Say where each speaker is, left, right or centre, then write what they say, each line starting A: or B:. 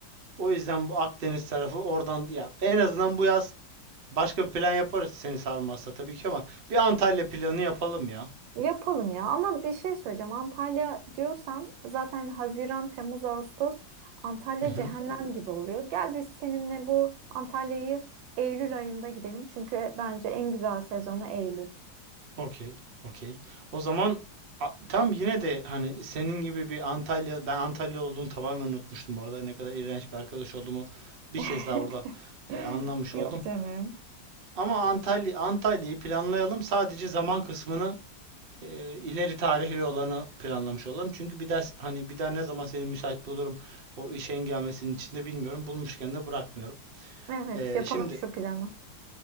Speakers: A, on the right; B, on the right.
A: o yüzden bu Akdeniz tarafı oradan ya en azından bu yaz başka bir plan yaparız seni sarmazsa tabii ki ama bir Antalya planı yapalım ya.
B: Yapalım ya ama bir şey söyleyeceğim. Antalya diyorsan zaten Haziran, Temmuz, Ağustos Antalya
A: Hı hı.
B: cehennem gibi oluyor. Gel biz seninle bu Antalya'yı Eylül ayında gidelim. Çünkü bence en güzel sezonu Eylül.
A: Okey, okey. O zaman a- tam yine de hani senin gibi bir Antalya, ben Antalya olduğunu tamamen unutmuştum orada. Ne kadar iğrenç bir arkadaş olduğumu bir
B: <laughs>
A: kez daha burada e, anlamış
B: Yok
A: oldum.
B: canım.
A: Ama Antalya Antalya'yı planlayalım. Sadece zaman kısmını e, ileri tarihli olanı planlamış olalım. Çünkü bir ders hani bir daha ne zaman seni müsait bulurum o iş hengamesinin içinde bilmiyorum. Bulmuşken de bırakmıyorum.
B: Evet
A: E,
B: yapalım
A: şimdi
B: şu planı.